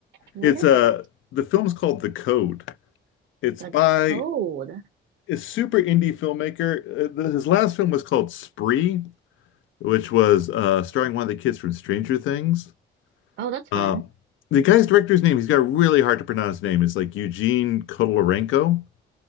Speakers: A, on the right; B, on the left.
A: What
B: It's
A: is
B: uh,
A: it?
B: the film's called The Code. It's
A: A
B: by
A: code.
B: a super indie filmmaker. Uh, the- his last film was called Spree. which was uh, starring one of the kids from Stranger Things.
A: Oh, that's
B: Uh,
A: fun.
B: the guy's director's name, he's got a really hard to pronounce name. It's like Eugene Kodolenko.